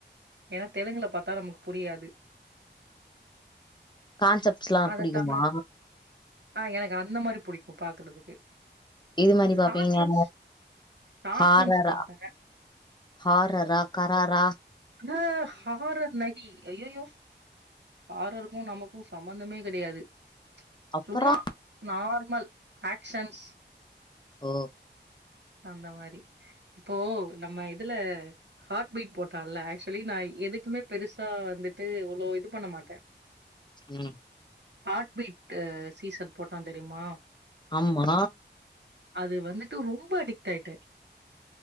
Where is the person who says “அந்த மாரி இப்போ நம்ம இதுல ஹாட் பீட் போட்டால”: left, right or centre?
Right